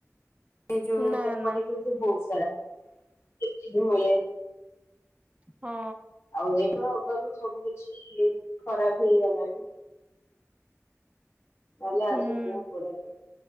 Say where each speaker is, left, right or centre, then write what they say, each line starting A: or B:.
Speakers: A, on the left (about 60°); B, on the right (about 25°).
A: ଏ ଯୋଉ
B: ନା
A: ସେପଟେ
B: ନା
A: କିନ୍ତୁ ବହୁତ ସାରା <unintelligible> ମିଲେ।
B: ହଁ।
A: ଆଉ ଏଇଭଳିଆ ହେବାରୁ ସବୁ କିଛି ଖରାପ ହେଇଗଲାଣି। ଭଲ
B: ହୁଁ
A: ଅଛି ବହୁତ ବଢିଆ